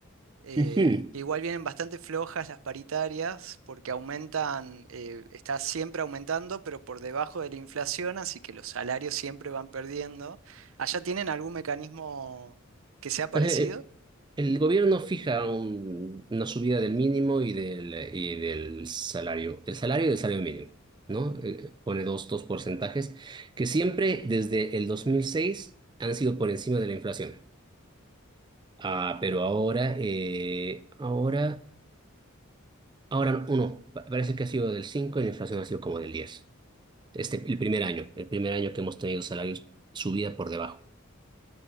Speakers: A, on the right; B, on the right.
A: eh,
B: Ujú.
A: que igual vienen bastante flojas las paritarias porque aumentan, eh, está siempre aumentando, pero por debajo de la inflación, así que los salarios siempre van perdiendo. ¿Allá tienen algún mecanismo que sea parecido?
B: Ajá, eh, El gobierno fija un- una subida del mínimo y del, y del salario, del salario y del salario mínimo, ¿no? Eh, pone dos, dos porcentajes que siempre desde el 2006 han sido por encima de la inflación. Ah, pero ahora, eh, ahora, ahora uno, pa- parece que ha sido del 5 y la inflación ha sido como del diez Este, el primer año, el primer año que hemos tenido salarios subida por debajo.